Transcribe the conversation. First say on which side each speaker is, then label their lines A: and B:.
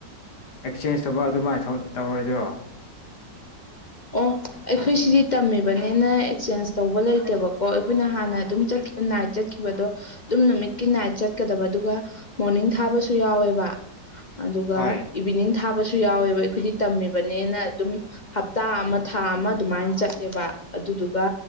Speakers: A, on the left; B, on the left.
A: ꯑꯦꯛꯆꯦꯟꯖ ꯇꯧꯕ ꯑꯗꯨꯃꯥꯏꯅ ꯇꯧꯔꯣꯏꯗ꯭ꯔꯣ
B: ꯑꯣ ꯑꯩꯈꯣꯏ ꯁꯤꯗꯤ ꯇꯝꯃꯤꯕꯅꯤꯅ ꯑꯦꯛꯆꯦꯟꯖ ꯇꯧꯕ ꯂꯩꯇꯦꯕꯀꯣ ꯑꯩꯈꯣꯏꯅ ꯍꯥꯟꯅ ꯑꯗꯨꯝ ꯆꯠ ꯅꯥꯏꯠ ꯆꯠꯈꯤꯕꯗꯣ ꯑꯗꯨꯝ ꯅꯨꯃꯤꯠꯀꯤ ꯅꯥꯏꯠ ꯆꯠꯀꯗꯕ ꯑꯗꯨꯒ ꯃꯣꯔꯅꯤꯡ ꯊꯥꯕꯁꯨ ꯌꯥꯎꯋꯦꯕ ꯑꯗꯨꯒ
A: ꯍꯣꯏ
B: ꯏꯚꯤꯅꯤꯡ ꯊꯥꯕꯁꯨ ꯌꯥꯎꯋꯦꯕ ꯑꯩꯈꯣꯏꯗꯤ ꯇꯝꯃꯤꯕꯅꯦꯅ ꯑꯗꯨꯝ ꯇꯥ ꯑꯃ ꯊꯥ ꯑꯃ ꯑꯗꯨꯃꯥꯏꯅ ꯆꯠꯂꯦꯕ ꯑꯗꯨꯗꯨꯒ